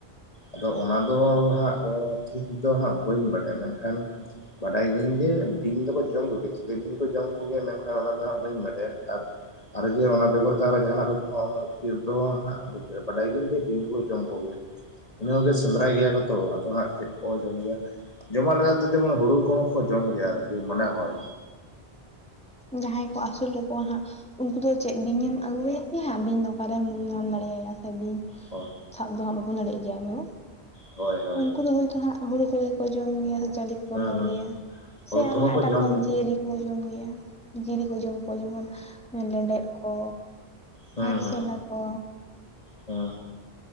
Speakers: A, on the left (about 35°); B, in the centre.
A: ᱟᱫᱚ ᱚᱱᱟ ᱫᱚ ᱦᱟᱸᱜ ᱚᱸ ᱴᱷᱤᱠ ᱫᱚ ᱦᱟᱸᱜ ᱵᱟᱹᱧ ᱵᱟᱰᱟᱭᱟ ᱢᱮᱱᱠᱷᱟᱱ ᱵᱟᱰᱟᱭ ᱜᱮᱭᱟᱹᱧ ᱡᱮ ᱵᱤᱧ ᱫᱚᱠᱚ ᱡᱚᱢ ᱠᱚᱜᱮᱭᱟ ᱪᱤᱞᱤ ᱵᱤᱧ ᱠᱚ ᱡᱚᱢ ᱠᱚᱜᱮᱭᱟ ᱢᱮᱱᱠᱷᱟᱱ ᱚᱱᱟ ᱫᱚ ᱦᱟᱸᱜ ᱵᱟᱹᱧ ᱵᱟᱰᱟᱭᱟ ᱟᱨ ᱟᱨ ᱡᱮ ᱚᱱᱟ ᱵᱮᱜᱚᱨ ᱛᱮ ᱟᱨᱚ ᱡᱟᱦᱟᱱᱟᱜ ᱠᱚ ᱡᱚᱢᱼᱟ ᱩᱱᱟᱹᱜ ᱵᱷᱤᱛᱤᱨ ᱫᱚ ᱦᱟᱸᱜ ᱵᱟᱹᱧ ᱞᱟᱹᱭᱟ ᱵᱟᱰᱟᱭ ᱜᱤᱭᱟᱹᱧ ᱡᱮ ᱵᱤᱧ ᱠᱚ ᱡᱚᱢ ᱠᱚ ᱜᱮᱭᱟ ᱤᱱᱟᱹ ᱠᱚᱜᱮ ᱥᱮᱸᱫᱽᱨᱟᱭ ᱜᱮᱭᱟ ᱠᱚ ᱛᱚ ᱟᱫᱚ ᱦᱟᱸᱜ ᱪᱮᱫ ᱠᱚ ᱡᱚᱢ ᱜᱮᱭᱟ ᱮᱢᱟ ᱞᱮᱠᱟ ᱫᱚ ᱡᱮᱢᱚᱱ ᱦᱩᱲᱩ ᱠᱚᱦᱚᱸ ᱠᱚ ᱡᱚᱢ ᱜᱮᱭᱟ ᱟᱨᱠᱤ ᱢᱚᱱᱮ ᱦᱚᱭ
B: ᱡᱟᱦᱟᱸᱭ ᱠᱚ ᱟᱹᱥᱩᱞ ᱠᱟᱠᱚᱣᱟ ᱦᱟᱸᱜ ᱩᱱᱠᱩ ᱫᱚ ᱪᱮᱫ ᱵᱤᱧ ᱮᱢ ᱟᱹᱜᱩᱣᱟᱭᱟ ᱠᱤ ᱦᱟᱸᱜ ᱵᱤᱧ ᱫᱚ ᱚᱠᱟ ᱨᱮᱢ ᱧᱟᱢ ᱫᱟᱲᱮᱭᱟᱭᱟ ᱥᱮ ᱵᱤᱧ
A: ᱦᱚᱭ
B: ᱥᱟᱵ ᱫᱚᱦᱚ ᱵᱟᱵᱚᱱ ᱫᱟᱲᱮᱜ ᱜᱮᱭᱟ ᱩᱸ
A: ᱦᱳᱭ ᱦᱳᱭ
B: ᱩᱱᱠᱩ ᱫᱚ ᱦᱳᱭᱛᱳ ᱦᱟᱸᱜ ᱦᱩᱲᱩ ᱠᱚᱜᱮ ᱠᱚ ᱡᱚᱢ ᱜᱮᱭᱟ ᱥᱮ ᱠᱚ ᱠᱚᱢᱚ
A: ᱦᱩᱸ ᱦᱩᱸ
B: ᱜᱮᱭᱟ ᱥᱮ
A: ᱦᱩᱲᱩ ᱠᱚᱦᱚᱸ
B: ᱟᱨᱦᱚᱸ
A: ᱠᱚ
B: ᱮᱴᱟᱜ
A: ᱡᱚᱢ
B: ᱨᱚᱠᱚᱢ
A: ᱜᱮᱭᱟ
B: ᱡᱤᱭᱟᱹᱞᱤ ᱱᱮ ᱡᱚᱢ ᱜᱮᱭᱟ ᱡᱤᱞ ᱠᱚ ᱡᱚᱢ ᱠᱚᱣᱟ ᱡᱮᱢᱚᱱ ᱞᱮᱸᱰᱮᱫ ᱠᱚ
A: ᱦᱮᱸ
B: ᱟᱨᱥᱚᱞᱟ
A: ᱦᱮᱸ
B: ᱠᱚ
A: ᱦᱮᱸ